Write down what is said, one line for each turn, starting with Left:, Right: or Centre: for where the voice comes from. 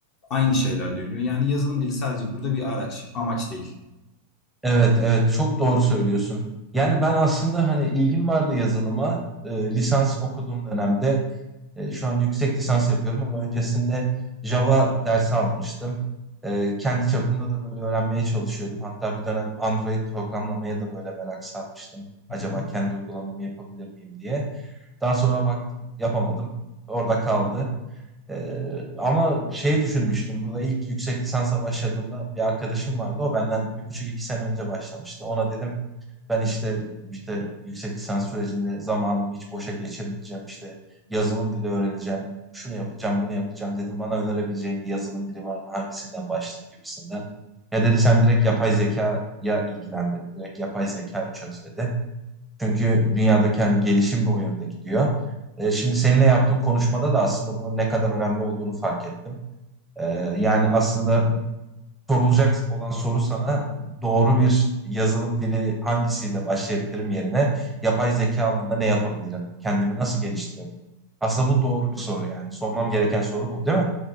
Left: aynı şeyler dönüyor. Yani yazılım dili sadece burada bir araç, amaç değil.
Centre: Evet, evet çok doğru söylüyorsun. Yani ben aslında hani ilgim vardı yazılıma. Ee, lisans okuduğum dönemde E, şu an yüksek lisans yapıyorum ama öncesinde Java dersi almıştım. E, kendi çapımda da böyle öğrenmeye çalışıyordum. Hatta bir dönem Android programlamaya da böyle merak sarmıştım. Acaba
Left: Hı hı.
Centre: kendi uygulamamı yapabilir miyim diye. Daha sonra baktım yapamadım. Orada kaldı. Ee, ama şey düşünmüştüm. Burada ilk yüksek lisansa başladığımda bir arkadaşım vardı. O benden bir buçuk iki sene önce başlamıştı. Ona dedim ben işte dedim işte yüksek lisans sürecinde zamanımı hiç boşa geçirmeyeceğim. İşte yazılım dili öğreneceğim. Şunu yapacağım, bunu yapacağım dedim. Bana önerebileceğin bir yazılım dili var mı? Hangisinden başlayayım gibisinden. Ya dedi sen direkt yapay zekaya ilgilen dedi. Direkt yapay zekayı çöz dedi. Çünkü dünyadaki hani gelişim de o yönde gidiyor. E, şimdi seninle yaptığım konuşmada da aslında bunun ne kadar önemli olduğunu fark ettim. E, yani aslında sorulacak olan soru sana doğru bir yazılım dili hangisiyle başlayabilirim yerine yapay zeka alanında ne yapabilirim? Kendimi nasıl geliştirebilirim? Aslında bu doğru bir soru yani. Sormam gereken soru bu değil mi?